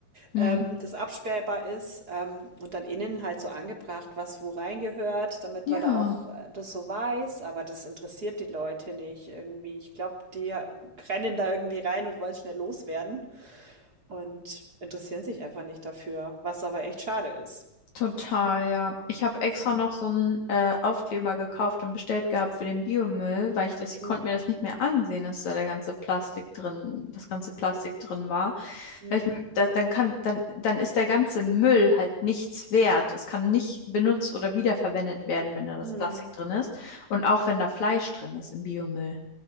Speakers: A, on the left; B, on the right.
A: Hm.
B: ähm, das absperrbar ist ähm, und dann innen halt so angebracht, was wo reingehört, damit
A: Ja.
B: man da auch äh, das so weiß. Aber das interessiert die Leute nicht irgendwie. Ich glaube, die rennen da irgendwie rein und wollen schnell loswerden und interessieren sich einfach nicht dafür, was aber echt schade ist.
A: Total, ja. Ich habe extra
B: Hm,
A: noch so einen äh, Aufkleber gekauft und bestellt gehabt für den Biomüll, weil ich das, ich
B: hm,
A: konnte mir das nicht mehr ansehen, dass da der ganze Plastik drin, das ganze Plastik drin war.
B: hm,
A: Weil ich, m- da, dann kann, dann, dann ist der ganze Müll halt nichts wert. Es kann nicht benutzt oder wiederverwendet werden, wenn da das
B: hm.
A: Plastik drin ist. Und auch wenn da Fleisch drin ist im Biomüll.